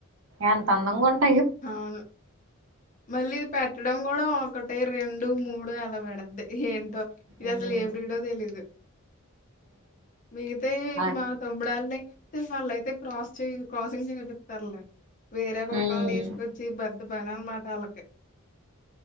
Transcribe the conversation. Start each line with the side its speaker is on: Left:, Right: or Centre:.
Right: ఎంత అందంగ ఉంట్
Left: అవును మళ్ళీ ఇది పెట్టడం గూడా ఒకటీ, రెండు, మూడు అలా పెడద్ది ఏంటో. ఇది
Right: ఉమ్
Left: అసలు ఏ బ్రీడో తెలీదు. మిగితయి
Right: ఆ
Left: మా తమ్ముడాళ్ళైతే వాళ్ళయితే క్రాస్ చెయ్యరు. క్రాసింగ్ చెయ్యిపిత్తారులే. వేరే కుక్కల్ని
Right: ఉమ్
Left: తీసుకొచ్చి బెద్ద బెనాలు మాట్ ఆళ్ళకి.